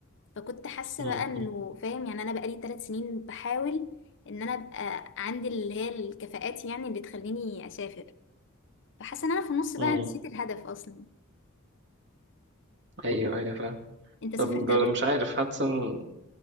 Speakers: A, on the left; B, on the right.
A: فكنت حاسه
B: مم.
A: بقى انه فاهم يعني انا بقى لي ثلاث سنين بحاول ان انا ابقى عندي اللي هي الكفاءات يعني اللي تخليني اسافر فحاسه ان انا في النص بقى
B: مم.
A: نسيت الهدف اصلا
B: ايوه ايوه فاهم
A: انت سافرت
B: طب
A: قبل كده
B: مش عارف حاسس ان